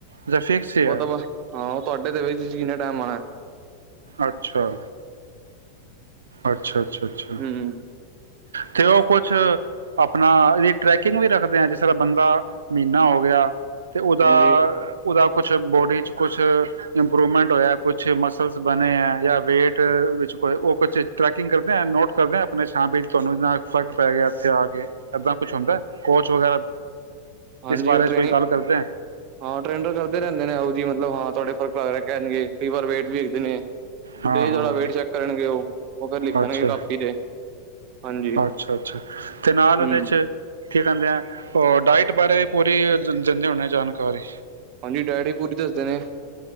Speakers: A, on the right; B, on the right.
A: ਅੱਛਾ ਫਿਕਸ ਹੀ
B: ਉਹ
A: ਹੈ
B: ਤਾਂ ਹਾਂ ਉਹ ਤੁਹਾਡੇ ਤੇ ਵੀ ਤੁਸੀ ਕਿੰਨਾ ਟਾਈਮ ਆਉਣਾ
A: ਅੱਛਾ ਅੱਛਾ ਅੱਛਾ ਅੱਛਾ
B: ਹੂੰ
A: ਤੇ ਉਹ ਕੁਛ ਆਪਣਾ ਇਹਦੀ ਟਰੈਕਿੰਗ ਵੀ ਰੱਖਦੇ ਹਾਂ ਜਿਸ ਤਰ੍ਹਾਂ ਬੰਦਾ ਮਹੀਨਾ ਹੋ ਗਿਆ ਤੇ ਉਹਦਾ
B: ਹਾਂਜੀ-ਹਾਂਜੀ
A: ਉਹਦਾ ਕੁਛ ਬੋਡੀ ਚ ਕੁਛ ਇੰਪਰੂਵਮੈਂਟ ਹੋਇਆ ਕੁਛ ਮਸਲ ਬਣੇ ਆ ਜਾਂ ਵੇਟ ਵਿੱਚ ਕੋ ਉਹ ਕੁਛ ਟਰੈਕਿੰਗ ਕਰਦੇ ਆ ਨੋਟ ਕਰਦੇ ਆਪਣੇ ਤੁਹਾਨੂੰ ਫ਼ਰਕ ਪੈ ਗਿਆ ਇਥੇ ਆ ਕੇ ਏਦਾਂ ਕੁਛ ਹੁੰਦਾ ਕੋਚ ਵਗੈਰਾ
B: ਹਾਂਜੀ
A: ਇਸ ਬਾਰੇ
B: ਉਹ ਟ੍ਰੇਨਿੰ
A: ਚ ਕੋਈ ਗੱਲ
B: <unintelligible>
A: ਕਰਦੇ ਆ
B: ਹਾਂ ਟ੍ਰੇਨਰ ਕਰਦੇ ਰਹਿੰਦੇ ਨੇ ਉਹੋ ਜਿ ਮਤਲਬ ਹਾਂ ਤੁਹਾਡੇ ਫ਼ਰਕ ਲੱਗ ਰਹੇ ਕਹਿਣਗੇ ਕਈ ਵਾਰ ਵੇਟ ਵੀ ਨੇ
A: ਹਾਂ
B: ਤੇ
A: ਹਾਂ
B: ਤੁਹਾਡਾ ਵੇਟ ਚੈੱਕ ਕਰਨਗੇ ਉਹ ਉਹ ਫਿਰ ਲਿਖਣਗੇ
A: ਅੱਛਾ
B: ਕਾਪੀ ਤੇ ਹਾਂਜੀ
A: ਅੱਛਾ ਅੱਛਾ ਤੇ ਨਾਲ
B: ਹੂੰ
A: ਉਹਦੇ ਚ ਕੀ ਕਹਿੰਦੇ ਆ ਡਾਇਟ ਬਾਰੇ ਪੂਰੀ ਦਿੰਦੇ ਹੁੰਦੇ ਜਾਣਕਾਰੀ
B: ਹਾਂਜੀ ਡਾਇਟ ਪੂਰੀ ਦੱਸਦੇ ਨੇ